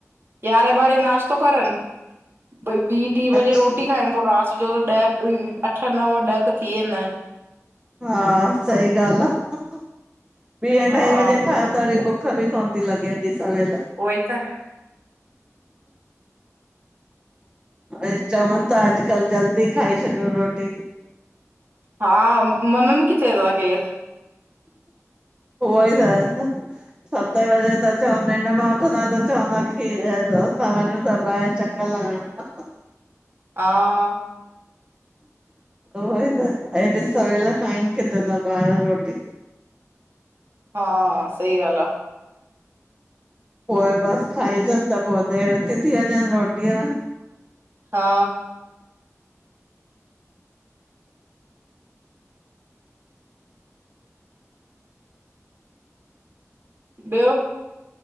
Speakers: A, on the right; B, on the right.
A: यारहे ॿारहे नाश्तो करन भई ॿी टी
B: अच्छा
A: बजे रोटी रोटी खाइन पोइ रात जो त ॾह अठ नव ॾह त थी वेदा आहिन।
B: हा सही ॻाल्ह आ ॿी अढाई
A: हा
B: वजे खा त वरी कभी कोन थी लॻे ऐॾी सवेल
A: उहो ई त
B: चवनि था अॼुकल्ह जल्दी खाई छॾयो रोटी।
A: हा मननि किथे था केर?
B: उहो ई त सते बजे त चव निंड मां उथदा त चवंदा खी यो असा वञूं था ॿाहिर चक्कर लगायण।
A: हा।
B: उहो ई त एॾी सवेल खाइन किथे ता ॿार रोटी।
A: हा सही ॻाल्हि आ।
B: पोए बस खाइजन त पो देर थी थी वञेनि रोटीअ में।
A: हा। ॿियो?